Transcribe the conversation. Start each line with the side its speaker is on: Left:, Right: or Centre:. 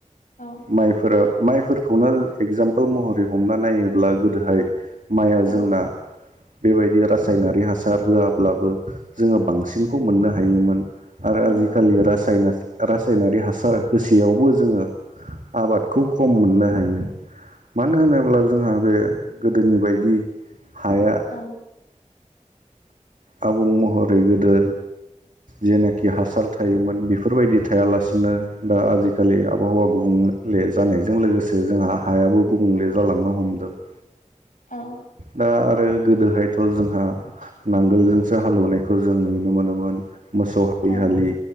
Left: औ
Right: माइफोरा माइफोरखौनो एगजामपुल महरै हमना नायोब्ला गोदोहाय, माइआ
Left: औ
Right: जोंना बेबायदि रासायनारि हासार होआब्लाबो जोंङो बांसिनखौ मोननो हायोमोन । आरो
Left: नंगौ
Right: आजि-खालि रासायना <unintelligible> रासायनारि हासार होसेयावबो जोंङो आबादखौ खम मोननो हायो । मानो होनोब्ला, जोंहा बे गोदोनि बायदि हाया
Left: औ
Right: आबुं महरै गोदो जेनाखि हासार थायोमोन बेफोरबायदि थायालासिनो दा आजि-खालि आब-हावा गुबुं ले जानायजों लोगोसे जोंहा हायाबो गुबुंले जालांनो हमदों ।
Left: औ
Right: दा आरो गोदोहायथ' जोंहा नांगौ <unintelligible> नांगोलजोंसो हाल हेवनायखौ जों नुनो मोनोमोन, मोसौ हलि-
Left: औ
Right: हालि